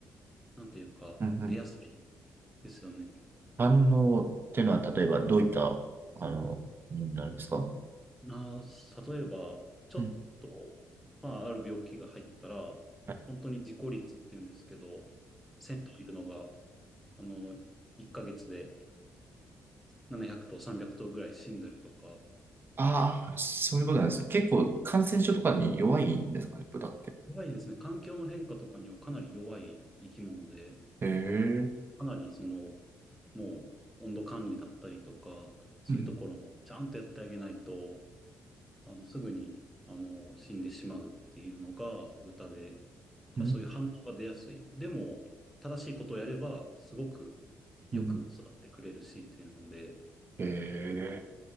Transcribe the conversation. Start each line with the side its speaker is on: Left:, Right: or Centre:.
Centre: なんていうか、
Right: うん。うん
Centre: 出やすいですよね。
Right: 反応ってのは、例えばどういった、あの、ものになるんですか
Centre: な、例えば、ちょっと、
Right: うん。
Centre: まあ、ある病気が入ったら、
Right: はい
Centre: 本当に自己率っていうんですけど、1000頭いるのが、あの、1ヶ月で700頭、300頭ぐらい死んだりとか、
Right: ああ、そういうことなんですね。結構感染症とかに弱いんですかね、豚って。
Centre: 怖いですね。環境の変化とかにはかなり弱い生き物で、
Right: へえ。
Centre: かなりその、もう温度管理だったりとか、そういうところもちゃんとやってあげないと、
Right: うん。
Centre: あの、すぐに、あの、死んでしまうっていうのが豚で、か、
Right: うん。
Centre: そういう反応が出やすい。でも、正しいことをやれば、すごくよく育ってくれるしっていうので、
Right: うんへえ。